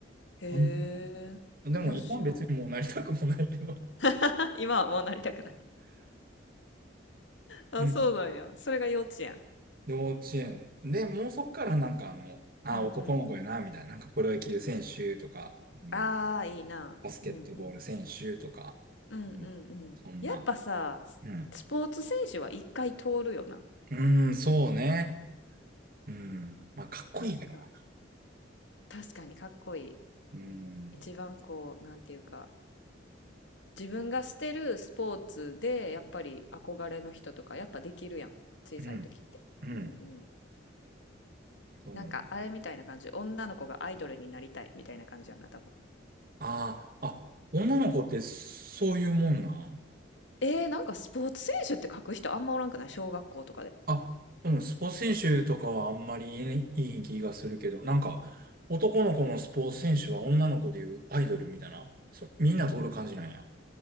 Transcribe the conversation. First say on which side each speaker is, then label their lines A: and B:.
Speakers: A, on the left; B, on the right.
A: へえ。
B: あんでも今別にもうなりたくもないけど。
A: いや、知らん。
B: <laughs>
A: <laughs> 今はもうなりたくない。あ、
B: うん。
A: そうなんや。それが幼稚園。
B: 幼稚園。で、もうそっからなんかあの、あ、
A: うんうん。
B: 男の子やな、みたいな。なんかプロ野球選手とか、あの
A: ああ、いいな。
B: バスケットボール選手とか、
A: うんうんうん。うんうんうん。
B: うん、そんな、
A: やっぱさ、ススポーツ選手は一回通るよな。
B: うん。うーん、そうね。うん。まあ、かっこいいからな。
A: なんか、確かにかっこいい。
B: うん。
A: 一番こう、なんていうか、自分がしてるスポーツで、やっぱり憧れの人とか、やっぱできるやん。小さい時って。
B: うん。うん。
A: うんうん。
B: そうね。
A: なんか、あれみたいな感じ。女の子がアイドルになりたいみたいな感じやんな、多分。
B: ああ、あ、女の子ってそういうもんなん
A: えー、なんかスポーツ選手って書く人あんまおらんくない小学校とかで。
B: あ、うん、スポーツ選手とかはあんまりいいいい気がするけど、なんか、男の子のスポーツ選手は女の子でいうアイドルみたいな。そ、みんな通る感じなんや。